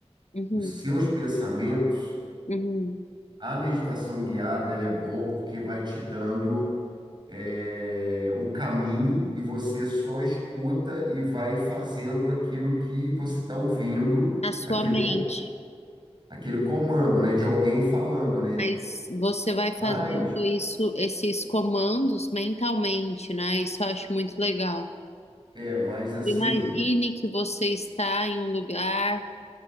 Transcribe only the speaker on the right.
os seus pensamentos,
a meditação guiada ela é boa porque vai te dando é, o caminho e você só escuta e vai fazendo aquilo que você está ouvindo,
aquele,
co- aquele comando, né, de alguém falando, né?
Mas,
é, mas assim,